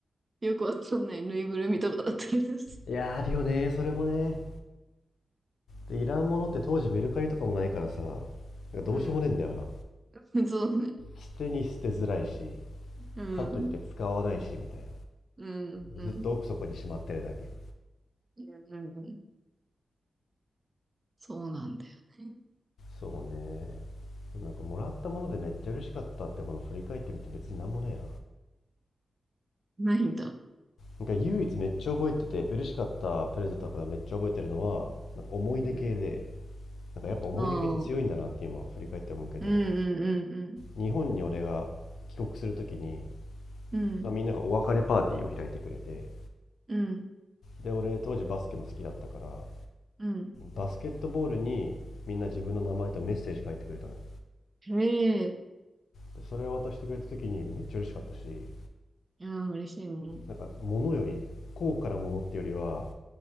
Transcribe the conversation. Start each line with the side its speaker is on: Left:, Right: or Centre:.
Right: よくわかんないぬいぐるみとかだったりです。
Left: な。いやーあるよね、それもね。でいらんものって当時メルカリとかもないからさどうしようもねえんだよな
Right: うん。<laughs> そうね。
Left: 捨てに捨てづらいし
Right: うん。
Left: かといって使わないしみたい
Right: うん。うん。
Left: なずっと奥底にしまってるだけ
Right: うん。うんそうなんだよね。
Left: そうねなんかもらったものでめっちゃ嬉しかったってものを振り返ってみて別になんもないな
Right: ないんだ。
Left: なんか唯一めっちゃ覚えてて嬉しかったプレゼントのことめっちゃ覚えてるのはなんか思い出系で
Right: うん。
Left: なんかやっぱ思い出系って強いんだなって今振り返って思うけど
Right: ああ。うんうんうん
Left: 日本に俺が帰国するときに、
Right: うん。うん。
Left: まあみんながお別れパーティーを開いてくれて
Right: うん。
Left: で俺当時バスケも好きだったから
Right: うん。
Left: バスケットボールにみんな自分の名前とメッセージ書いてくれたのよ
Right: えれ、
Left: でそれを渡してくれた時にめっちゃ嬉しかったし
Right: いや、嬉しいもん。
Left: なんか物より高価なものってよりは